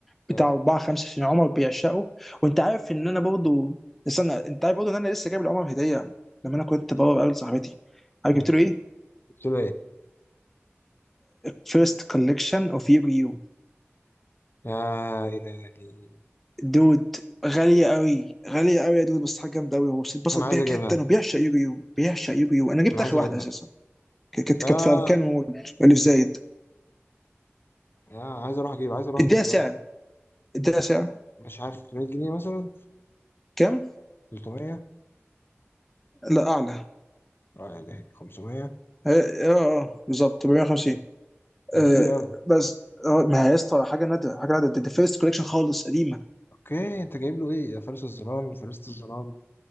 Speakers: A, in the centre; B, on the left.
A: بتاع
B: يا-
A: اربعه خمسه عشان عمر بيعشقه وانت عارف ان انا برضو استنى انت عارف برضو ان انا لسه جايب لعمر هديه لما انا كنت بره بقابل صاحبتي عارف
B: يا-
A: جبت له ايه؟
B: قلت له ايه
A: فيرست كولكشن اوف يوجي يو
B: يا الهي
A: دود غاليه قوي غاليه قوي يا دود بس حاجه جامده قوي هو اتبسط
B: انا عايز
A: بيها
B: اجيبها
A: جدا وبيعشق يوجي يو بيعشق يوجي يو انا جبت
B: انا عايز
A: اخر
B: اجيبها
A: واحده اساسا كانت
B: لا
A: كانت في اركان مول اللي في زايد
B: يا عايز اروح اجيب عايز اروح
A: اديها
B: اجيب بجد
A: سعر اديها سعر
B: مش عارف 300 جنيه مثلا
A: كام؟
B: 300
A: لا اعلى
B: اه يا الهي 500
A: اه اه آه، بالظبط 450
B: ده
A: آه
B: كتير قوي
A: بس آه ما هي يا اسطى حاجه نادره حاجه نادره ده فيرست كوليكشن خالص قديمه
B: اوكي انت جايب له ايه يا فارس الظلام وفارسة الظلام